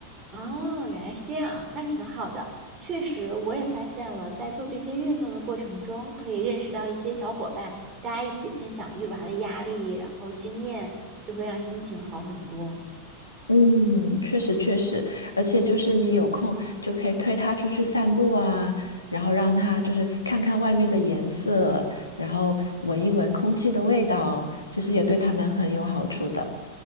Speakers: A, on the right; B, on the left.
A: 哦，原来是这样，那挺好的。确实，我也发现了，在做这些运动的过程中，可以认识到一些小伙伴，大家一起分享育娃的压力，然后经验，就会让心情好很多。
B: 嗯，确实确实，而且就是你有空就可以推它出去散步啊，然后让它就是看看外面的颜色，然后闻一闻空气的味道，其实也对它们很有好处的。